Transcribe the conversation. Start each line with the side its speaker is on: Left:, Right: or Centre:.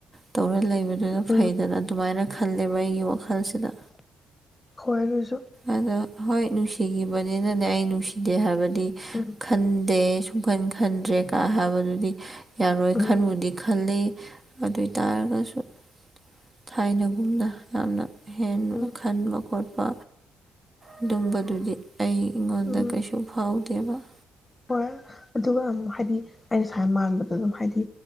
Right: ꯇꯧꯔ ꯂꯩ꯫ ꯗꯨꯅ
Left: ꯎꯝ
Right: ꯐꯩꯗꯅ ꯑꯗꯨꯃꯥꯏꯅ ꯈꯜꯂꯦꯕ ꯑꯩꯒꯤ ꯋꯥꯈꯜꯁꯤꯗ꯫
Left: ꯈꯋꯥ ꯑꯗꯨꯁꯤ
Right: ꯑꯗ ꯍꯣꯏ ꯅꯨꯡꯁꯤꯒꯤꯕ ꯅꯤꯅꯅꯦ ꯑꯩ ꯅꯨꯡꯁꯤꯗꯦ ꯍꯥꯏꯕꯗꯤ ꯗꯤ
Left: ꯎꯝ
Right: ꯈꯟꯗꯦ꯫ ꯁꯨꯝꯈꯟ ꯈꯟꯗ꯭ꯔꯦ ꯀ ꯍꯥꯏꯕꯗꯨꯗꯤ ꯌꯥꯔꯣꯏ
Left: ꯎꯝ
Right: ꯈꯟꯕꯨꯗꯤ ꯈꯜꯂꯤ꯫ ꯑꯗꯑꯣꯏ ꯇꯔꯒꯁꯨ꯫ ꯊꯥꯏꯅꯒꯨꯝꯅ ꯌꯥꯝꯅ꯫ ꯍꯦꯟ
Left: ꯎꯝ
Right: ꯈꯟꯕ ꯈꯣꯠꯄ꯫ ꯑꯗꯨꯝꯕꯗꯨꯗꯤ꯫ ꯑꯩ ꯑꯩꯉꯣꯟꯗ
Left: ꯎꯝ
Right: ꯀꯩꯁꯨ ꯐꯥꯎ <unintelligible>
Left: ꯍꯣꯏ ꯑꯗꯨꯒ ꯑꯃꯨꯛ ꯍꯥꯏꯗꯤ ꯑꯩꯅ ꯁꯨꯃꯥꯏ ꯃꯥꯟꯕꯗ ꯑꯗꯨꯝ ꯍꯥꯏꯗꯤ